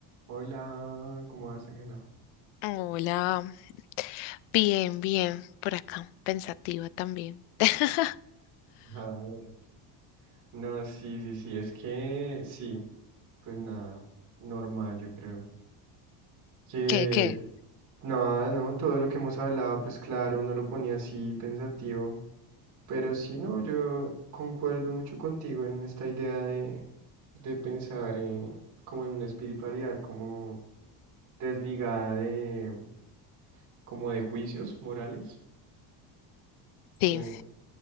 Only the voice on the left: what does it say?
Hola, bien, bien, por acá, pensativa también. <laughs>
¿Qué, qué?
Sí,